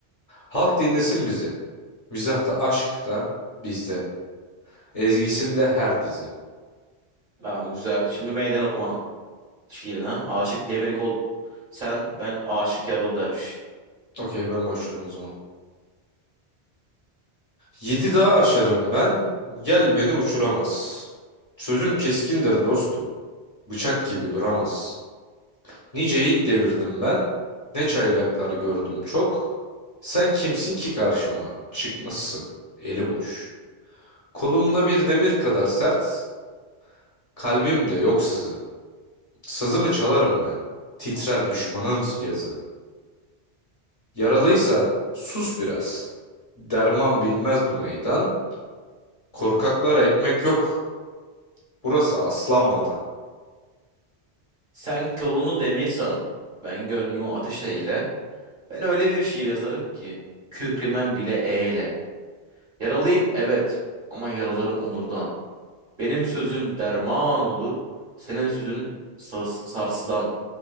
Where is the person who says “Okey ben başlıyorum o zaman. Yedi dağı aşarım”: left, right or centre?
Left